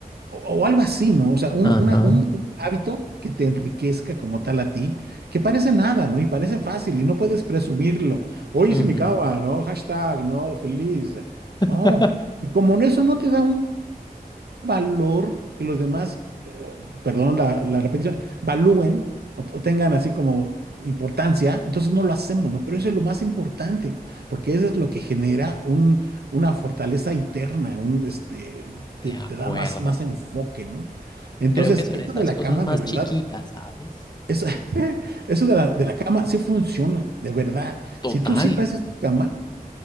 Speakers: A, on the right; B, on the left.
A: O, o algo así, ¿no? O sea, un,
B: ajá.
A: una- un- un hábito que te enriquezca como tal a ti, que parece nada, ¿no? Y parece fácil y no puedes presumirlo. Hoy
B: Ujú.
A: hice mi cama, ¿no? Hashtag, ¿no? Feliz.
B: <laughs>
A: No. Y como en eso no te da un valor que los demás, eh, o- perdón la, la repetición, valúen o, o tengan así como importancia, entonces no lo hacemos, ¿no? Pero eso es lo más importante, porque eso es lo que genera un, una fortaleza interna, un, este, te,
B: De acuerdo.
A: te da más, más enfoque, ¿no? Entonces,
B: Creo que son
A: eso
B: esas
A: de la
B: cosas
A: cama,
B: más
A: de verdad,
B: chiquitas, ¿sabes?
A: eso, <laughs> eso de la, de la cama sí funciona, de verdad.
B: Total.
A: Si tú siempre haces tu cama,